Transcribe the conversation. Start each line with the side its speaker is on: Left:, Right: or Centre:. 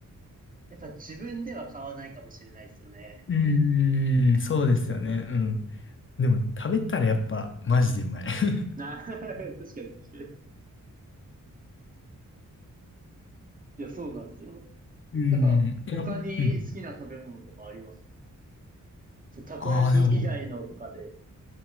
Right: やっぱ自分では買わないかもしれないですよね。
Left: うん、そうですよね。うん。でも、食べたらやっぱ、マジでうまい。<laughs>
Right: あ、<laughs> 確かに確かに。いや、そうなんですよ。
Left: うん。
Right: なんか、
Left: いやうん。
Right: 他に好きな食べ物とかありますそう、たこ焼き以外のとかで。
Left: ああ、でも、